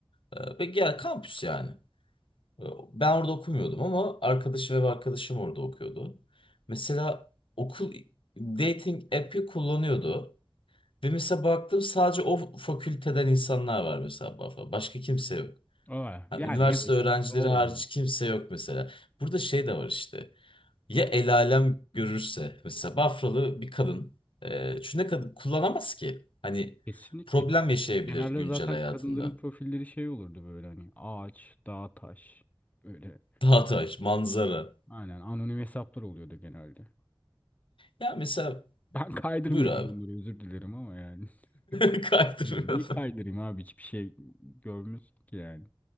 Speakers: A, on the left (about 85°); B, on the left (about 20°).
A: E, ve gel kampüs yani. Ee, Ben orada okumuyordum ama arkadaşım ve arkadaşım orada okuyordu. Mesela okul dating app'i kullanıyordu. Ve mesela baktım sadece o fakülteden insanlar var mesela. bu- Başka kimse yok.
B: Aa,
A: Ha,
B: yani
A: üniversite
B: evet.
A: öğrencileri
B: Doğal olarak.
A: hariç kimse yok mesela. Burada şey de var işte. Ya el alem görürse. Mesela Bafralı bir kadın. E, çünkü ne kadın kullanamaz ki. Hani
B: Kesinlikle
A: problem yaşayabilir
B: Genelde
A: güncel
B: zaten
A: hayatında.
B: kadınların profilleri şey olurdu böyle hani ağaç, dağ, taş böyle.
A: <laughs> Dağtaş, manzara.
B: Aynen anonim hesaplar oluyordu genelde.
A: Ya mesela
B: Ben kaydırmıyordum
A: buyur abi.
B: bunları özür dilerim ama yani.
A: <laughs> Kaydırmıyor.
B: <laughs> Niye kaydırayım abi hiçbir şey görmüyorsun ki yani.